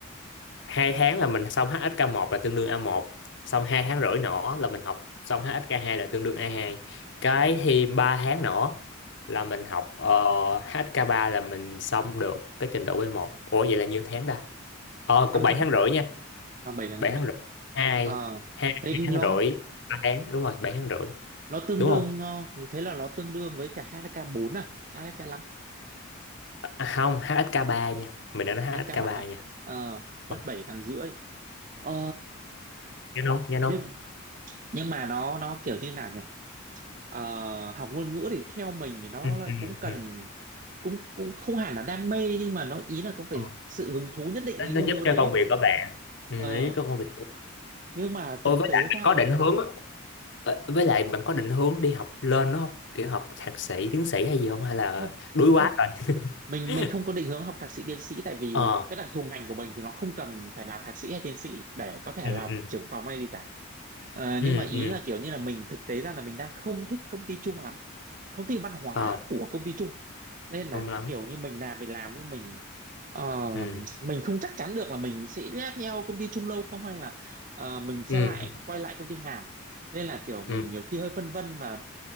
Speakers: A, on the left (about 60°); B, on the right (about 40°).
A: hai tháng là mình xong hsk một là tương đương a một, xong hai tháng rưỡi nữa là mình học xong hsk hai là tương đương a hai. cái thì ba tháng nữa là mình học ờ, hsk ba là mình xong được cái trình độ b một. ủa vậy là nhiêu tháng ta ờ
B: 5
A: cũng 7
B: tháng
A: tháng rưỡi nha
B: và bảy tháng
A: bảy
B: rưỡi
A: tháng rưỡi hai
B: Ờ,
A: hai
B: thế lo
A: tháng rưỡi ba tháng đúng rồi Bảy tháng rưỡi
B: nó tương
A: đúng
B: đương
A: không
B: ờ, thế là nó tương đương với cả HK4 à HK5
A: à, không hsk ba nha mình đã nói hsk
B: HK3
A: ba
B: à?
A: nha
B: Ờ, mất
A: Ờ,
B: 7 tháng rưỡi ờ,
A: nhớ không nhớ không
B: nhưng nhưng mà nó nó kiểu như nào nhỉ Ờ, học ngôn ngữ thì theo mình thì nó
A: ừ, ừ,
B: lại cũng cần
A: ừ.
B: cũng cũng không hẳn là đam mê nhưng mà nó ý là có phải
A: Ờ,
B: sự hứng thú nhất định
A: nó
B: với cái
A: nó
B: ngôn
A: giúp
B: ngữ
A: cho
B: đấy
A: công
B: ấy.
A: việc của bạn ừ,
B: Ờ,
A: nó giúp cho công việc
B: nhưng mà
A: Ôi
B: thực
A: với
B: tế
A: lại
B: ra
A: bạn có
B: là
A: định hướng á, ờ, với lại bạn có định hướng đi học lên đúng không? Kiểu học thạc sĩ, tiến sĩ hay gì không? Hay là
B: không
A: đuối quá
B: không
A: rồi?
B: mình
A: <laughs>
B: mình không có định hướng học thạc sĩ tiến sĩ tại vì
A: Ờ,
B: cái đặc thù ngành của mình thì nó không cần phải là thạc sĩ hay tiến sĩ để có thể
A: ừ,
B: làm
A: ừ,
B: trưởng phòng hay gì cả Ờ,
A: ừ,
B: nhưng mà ý
A: ừ,
B: là kiểu như là mình thực tế ra là mình đang không thích công ty chung lắm không thích văn hóa
A: ờ,
B: của công ty chung nên là
A: đúng lắm.
B: kiểu như mình làm mình làm nhưng mình Ờ,
A: Ừ,
B: mình không chắc chắn được là mình sẽ theo công ty Trung Lâu không hay là ờ, mình sẽ
A: ừ,
B: lại quay lại công ty Hàn nên là kiểu mình
A: ừ,
B: nhiều khi hơi phân vân và